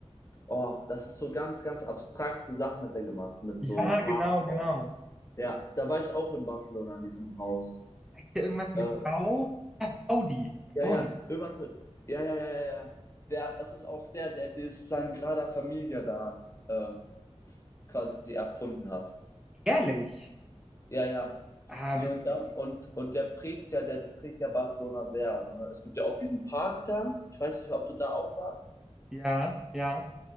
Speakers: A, on the left; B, in the centre.
A: oh, das ist so ganz, ganz abstrakte Sachen hat er gemacht, mit
B: Ja,
A: so Farben
B: genau, genau.
A: auch. Ja, da war ich auch in Barcelona in diesem Haus.
B: Heißt der irgendwas mit
A: Äh,
B: Gau? Ja, Gaudi,
A: ja,
B: Gaudi,
A: ja, irgendwas mit, ja, ja, ja, ja, ja. Der, das ist auch der, der das Sagrada Familia da äh, quasi erfunden hat.
B: ehrlich?
A: Ja, ja.
B: Ah,
A: Nee,
B: witzig.
A: und, da, und, und der prägt ja, der prägt ja Barcelona sehr. Ne? Es gibt ja auch diesen Park da, ich weiß nicht, ob du da auch warst.
B: Ja, ja.